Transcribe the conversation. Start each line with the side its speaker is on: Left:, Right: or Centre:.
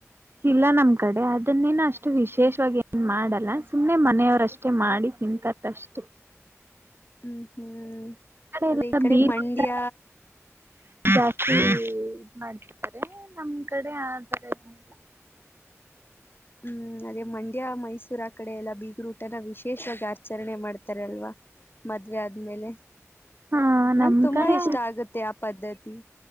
Right: ಇಲ್ಲ ನಮ್ ಕಡೆ ಅದನ್ನೇನ ಅಷ್ಟು ವಿಶೇಷವಾಗಿ ಏನ್ ಮಾಡಲ್ಲ ಸುಮ್ಮನೆ ಮನೆಯವ್ರಷ್ಟೇ ಮಾಡಿ ತಿಂತಾರ ಅಷ್ಟೆ
Left: ಹ್ಮ್ ಹ್ಮ್ ಅದೇ
Right: ಎಲ್ಲ
Left: ಇ ಕಡೆ
Right: ಬೀಜ
Left: ಮಂಡ್ಯ
Right: ಜಾಸ್ತಿ ಇದ್ ಮಾಡ್ತಿದ್ದಾರೆ ನಮ್ ಕಡೆ ಆ ತರ ಏನಿಲ್ಲ
Left: ಹ್ಮ್ ಅದೇ ಮಂಡ್ಯ ಮೈಸೂರ ಆ ಕಡೆ ಎಲ್ಲ ಬೀಗರು ನ ವಿಶೇಷವಾಗಿ ಆಚರಣೆ ಮಾಡ್ತಾರಲ್ವಾ ಮದ್ವೆ ಆದ್ಮೇಲೆ
Right: ಹಾ ನಮ್
Left: ನಂ ತುಂಬಾ
Right: ಕಡೆ
Left: ಇಷ್ಟ ಆಗುತ್ತೆ ಆ ಪದ್ಧತಿ